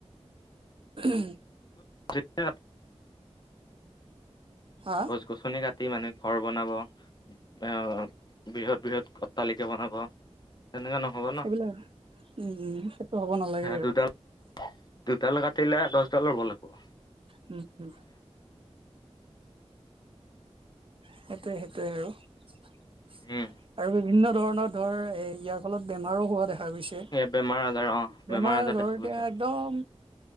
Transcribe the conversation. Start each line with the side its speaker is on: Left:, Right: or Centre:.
Right: উম।
Left: যে <unintelligible>
Right: হা
Left: গছ গছনি কা - তি মানুহে ঘৰ বনাব, আহ বৃহৎ বৃহৎ অট্টালিকে বনাব। তেনেকে নহ'ব ন
Right: সেইবিলাক উম উম সেইটো হ'ব নালাগে আৰু।
Left: দুডাল দুডাল কাটিলে দহডালৰ গ'ল আকো।
Right: উম উম। সেইটোৱে সেইটোৱে আৰু।
Left: উম
Right: আৰু বিভিন্ন ধৰ এ ইয়াৰ ফলত বেমাৰো হোৱা দেখা - গৈছে।
Left: সেই বেমাৰ আজাৰ অ
Right: বেমাৰ আজাৰ
Left: দেখা
Right: এতি
Left: গৈছে
Right: একদম